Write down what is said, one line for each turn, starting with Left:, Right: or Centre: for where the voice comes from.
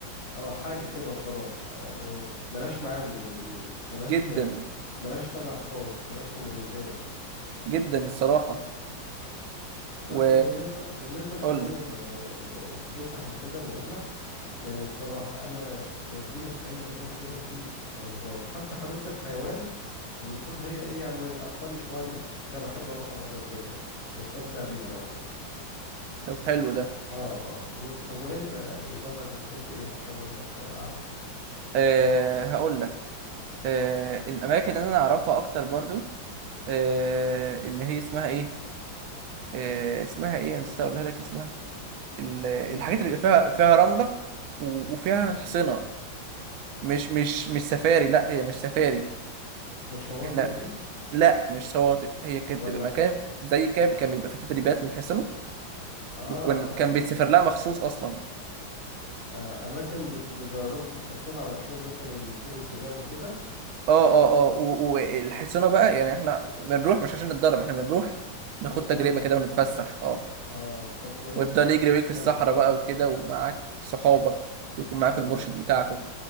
Left: اه حاجه كده وخلاص يعني ملهاش معالم زي ما بيقولوا ملهاش
Right: جدا
Left: ملهاش طابع خاص ملهاش مميزات
Right: جدا الصراحه
Left: لا
Right: و
Left: هو بالنسبه بالنسبه كمان
Right: قول لي
Left: ال- ال- الفسح وكده بقول لك يعني بصراحه انا وديني في اي مكان كده فيه ازهار حتى حديقه الحيوان المفروض هي ايه يعني اطفالي شويه لا بحب اروحها برضك جدا بستمتع بيها برضك
Right: طب حلو ده
Left: اه اه و... طب وانت يعني برضك بتحب ايه عشان برضك اعرف
Right: أه هقول لك أه الاماكن اللي انا اعرفها اكتر برضو أه اللي هي اسمها ايه أه اسمها ايه مش هقولها لك اسمها ال- الحاجات
Left: اماكن
Right: اللي بيبقى
Left: ايه
Right: فيها فيها رملة و- وفيها حصينة مش مش مش سفاري لا هي مش سفاري
Left: ده الشواطئ
Right: احنا
Left: دي
Right: لا مش شواطئ هي كانت
Left: ولا
Right: بتبقى مكان زي كده كان بيبقى فيه تدريبات للحصنة
Left: اه
Right: وكان
Left: يعني
Right: كان بيتسافر لها مخصوص اصلا
Left: آه اماكن بت... بيدربوا في الحصان علشان مثلا ينزلوا سباق وكده
Right: اه اه اه و- والحصنة بقى يعني احنا بنروح مش عشان نتدرب احنا بنروح ناخد
Left: عشان
Right: تجربة
Left: تركب
Right: كده ونتفسح اه
Left: اه طب كويس
Right: ويفضل
Left: والله
Right: يجري بيك في
Left: حلو
Right: الصحراء بقى وكده ومعاك صحابك ويكون معاك
Left: طب
Right: المرشد
Left: من...
Right: بتاعك